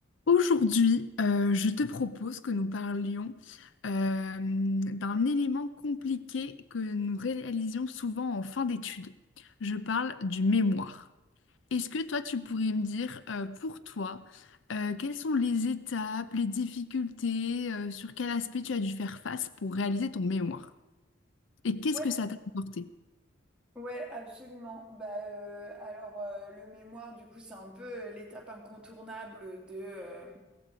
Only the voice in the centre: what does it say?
Ouais,
ouais, absolument. Bah, euh, alors, euh, le mémoire, du coup, c'est un peu euh, l'étape incontournable de, euh,